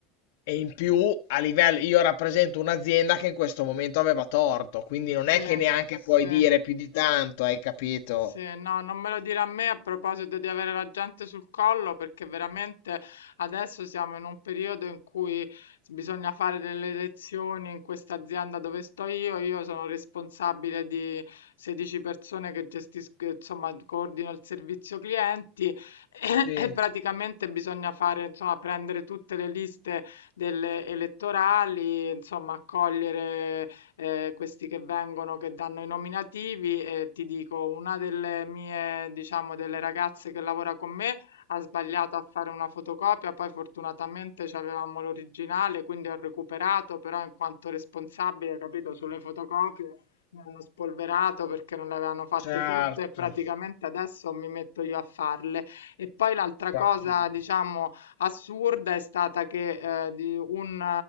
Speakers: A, on the left (about 65°); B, on the left (about 80°).
A: E in più, a livello, io rappresento un'azienda che in questo momento aveva torto, quindi
B: sì,
A: non è che neanche
B: sì.
A: puoi dire più di tanto, hai capito?
B: Sì, no, non me lo dire a me a proposito di avere la gente sul collo, perché veramente adesso siamo in un periodo in cui bisogna fare delle elezioni in questa azienda dove sto io. Io sono responsabile di 16 persone che gestisco, insomma, coordino il servizio clienti e,
A: Sì,
B: e praticamente bisogna fare, insomma, prendere tutte le liste delle elettorali, insomma, accogliere eh, questi che vengono, che danno i nominativi e ti dico, una delle mie, diciamo, delle ragazze che lavora con me ha sbagliato a fare una fotocopia, poi fortunatamente avevamo l'originale, quindi ho recuperato, però in quanto responsabile, capito, sulle fotocopie mi hanno spolverato perché non le avevano fatte
A: certo,
B: tutte e praticamente adesso mi metto io a farle. E poi l'altra
A: fatto
B: cosa,
A: bene.
B: diciamo, assurda è stata che eh, di un